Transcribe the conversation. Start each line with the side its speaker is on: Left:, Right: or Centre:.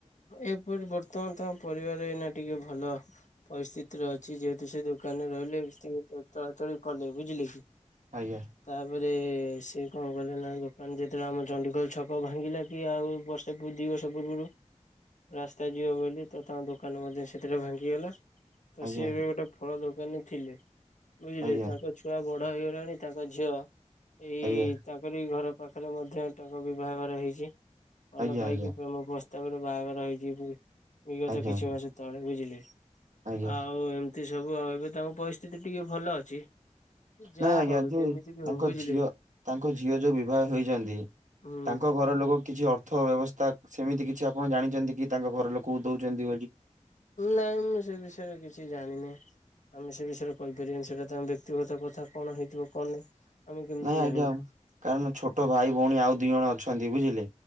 Left: ଏପରି ବର୍ତ୍ତମାନ ତାଙ୍କ ପରିବାର ଏଇନା ଟିକେ ଭଲ। ପରିସ୍ଥିତିରେ ଅଛି ଯେହେତୁ ସେ ଦୋକାନରେ ରହିଲେ ଚଳାଚଳି କଲେ ବୁଝିଲେ କି?
Right: ଆଜ୍ଞା।
Left: ତାପରେ ସେ କଣ କଲେ ନା ଦୋକାନ ଯେତେବେଳେ ଆମ ଚଡିଗୋଲ ଛକ ଭାଙ୍ଗିଲା କି ଆଉ ବର୍ଷେ ଦି ବର୍ଷ ତାପୂର୍ବରୁ ରାସ୍ତା ଯିବ ବୋଲି ତ ତାଙ୍କ ଦୋକାନ ମଧ୍ୟ ସେଥିରେ ଭାଙ୍ଗିଗଲା। ତ
Right: ଆଜ୍ଞା
Left: ସେ ଏବେ ଗୋଟେ ଫଳ ଦୋକାନରେ ଥିଲେ ବୁଝିଲେ
Right: ଆଜ୍ଞା
Left: ତାଙ୍କ ଛୁଆ ବଡ ବଢ ହେଇଗଲାଣି ତାଙ୍କ ଝିଅ ଏଇ
Right: ଆଜ୍ଞା
Left: ତାଙ୍କରି ଘର ପାଖରେ ମଧ୍ୟ ତାଙ୍କ ବିବାଘର ହେଇଛି ଭଲ
Right: ଆଜ୍ଞା
Left: ପାଇକି
Right: ଆଜ୍ଞା
Left: ପ୍ରେମ ପ୍ରସ୍ତ ତା ପରେ ବାହାଘର ହେଇଛି ବିଗତ
Right: ଆଜ୍ଞା
Left: କିଛି ମାସ ତଳେ ବୁଝିଲେ
Right: ଆଜ୍ଞା
Left: ଆଉ ଏମତି ସବୁ ଆଉ ଏବେ ତାଙ୍କ ପରିସ୍ଥିତି ଟିକେ ଭଲ ଅଛି। ଯାହା
Right: ନାଇଁ ଆଜ୍ଞା
Left: ହଉ
Right: ଯ
Left: ଯେମିତି ବି
Right: ତାଙ୍କ
Left: ହଉ ବୁଝିଲେ
Right: ଝିଅ
Left: କି
Right: ତାଙ୍କ ଝିଅ ଯୋଉ ବିବାହ ହେଛନ୍ତି।
Left: ହୁଁ
Right: ତାଙ୍କ ଘର ଲୋକ କିଛି ଅ ଅର୍ଥ ବ୍ୟବସ୍ଥା ସେମିତି କିଛି ଆପଣ ଜାଣିଛନ୍ତି କି ତାଙ୍କ ଘର ଲୋକଙ୍କୁ ଦଉଛନ୍ତି ବୋଲି?
Left: ନାଇଁ ମୁଁ ସେ ବିଷୟରେ କିଛି ଜାଣିନାହିଁ। ଆମେ ସେ ବିଷୟରେ କହିପାରିବାନି ସେଇଟା ତାଙ୍କ ବ୍ୟକ୍ତିଗତ କଥା କଣ ହେଇଥିବ କଣ ନାହିଁ। ଆମେ କେମିତି
Right: ନାଇଁ
Left: ଜାଣିବା
Right: ଆଜ୍ଞା କାରଣ ଛୋଟ ଭାଇ ଭଉଣୀ ଆଉ ଦିଇ ଜଣ ଅଛନ୍ତି ବୁଝିଲେ।